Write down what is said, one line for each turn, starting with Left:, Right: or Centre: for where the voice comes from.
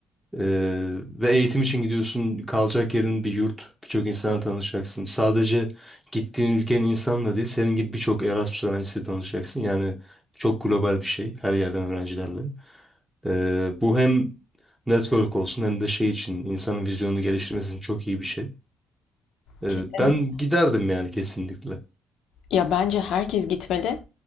Centre: Ee, ve eğitim için gidiyorsun. Kalacak yerin bir yurt. Birçok insana tanışacaksın. Sadece gittiğin ülkenin insanla değil, senin gibi birçok Erasmus öğrencisiyle tanışacaksın. Yani çok global bir şey. Her yerden öğrencilerle. Ee, bu hem network olsun hem de şey için insanın vizyonunu geliştirmesi için çok iyi bir şey. Ee,
Left: Kesinlikle.
Centre: ben giderdim yani kesinlikle.
Left: Ya bence herkes gitmeli.